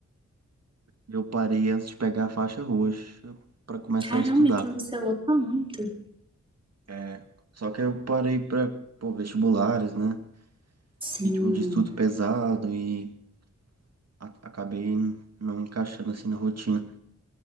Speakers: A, on the right; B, on the right.
A: Eu parei antes de pegar a faixa roxa pra começar
B: Caramba,
A: a estudar.
B: então você luta muito.
A: É, só que aí eu parei pra, pô, vestibulares, né?
B: Sim,
A: Ritmo de estudo pesado e a- acabei não encaixando assim na rotina